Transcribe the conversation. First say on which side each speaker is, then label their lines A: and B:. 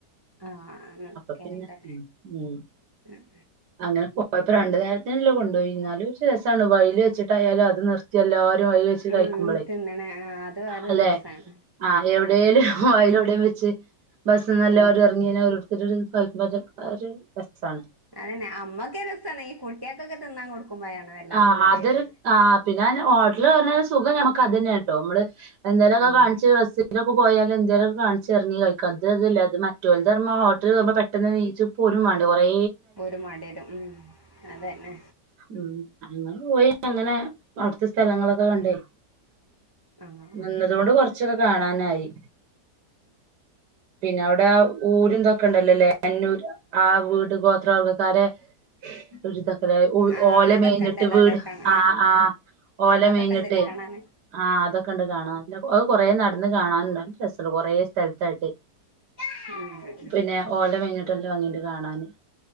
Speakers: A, on the right; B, on the right.
A: ആഹ് അങ്ങനെക്കേന്ല്ലേ
B: അപ്പൊ ഉം ഉം
A: ഉം
B: അങ്ങനെ പോയപ്പോ രണ്ട് നേരത്തിനല്ലേ കൊണ്ടോയിനേ ന്നാലും ഒരു രസാണ് വൈല് വെച്ചിട്ടായാലും അത് നിർ എല്ലാരും അയിൽ വെച്ച്
A: ഉം
B: കഴിക്കുമ്പളേ
A: തിന്നണേ ആഹ് അത് വേറൊരു
B: അല്ലെ?
A: രസാണ്
B: ആഹ് എവിടെലും വായലും എഒടെ വെച്ച് ബസ്സ് നല്ലാരും
A: ഉം
B: എർങ്ങിനോ <unintelligible> രസാണ്
A: അതന്നെ അമ്മക്കഹ് രസാണ് ഈ കുട്ട്യേക്കൊക്കെ തിന്നാൻ കൊടുക്കുമ്പോഴാണ്. വല്ലാത്ത
B: ആഹ്
A: ഗതികേട്
B: അതൊരു ആഹ് പിന്നെ ഹോട്ടല് കേറണല് സുഖം ഞമ്മക്ക് അതനെ കേട്ടോ നമ്മള് എന്തെങ്കിലുമൊക്കെ
A: ഉം
B: കാണിച്ച് റെസ് ഇലൊക്കെ പോയാല എന്തേലും കാണിച്ച്റങ്ങി കഴിക്ക അത് അതല്ല അത് മറ്റോലതുറഞ്ഞ ഹോട്ടലി കേറുമ്പോൾ പെ പെട്ടെന്ന് വീച്ചും പോരും വേണ്ടേ കുറേ
A: ഒരു മടിയിലും ഉം അതന്നെ
B: ഉം അങ്ങൾ പോയി അങ്ങനെ അവിടുത്തെ സ്ഥലങ്ങളൊക്കെ കണ്ടേ
A: ആഹ്
B: നിന്നതുകൊണ്ട് കൊറച്ചൊക്കെ കാണാനായി. പിന്നെ അവിടെ ഊരന്തൊക്കെ ഉണ്ടല്ലോല്ലേ അന്നൂർ ആ വീട് ഗോത്രവർഗ്ഗക്കാരെ ഒരുരിതാക്കല
A: ആഹ്
B: ഓല
A: അതൊക്കെ
B: മേഞ്ഞിട്ട്
A: ഉണ്ടല്ലോല്ലേ
B: വീട്
A: കാണ
B: ആഹ് ആഹ് ഓലമേഞ്ഞിട്ട്
A: അതൊക്കെ ഉണ്ടല്ലേ കാണാന്
B: ആഹ് അതൊക്കെണ്ട് കാണാ അത് കൊറേ നടന്ന് കാണാനണ്ടല്ല നല്ല രസമുണ്ട് കുറേ സ്ഥലത്തായിട്ട്.
A: <inaudible>
B: പിന്നെ ഓല മേഞ്ഞിട്ടല്ലോ നല്ല ഭംഗി ഉണ്ട് കാണാനേ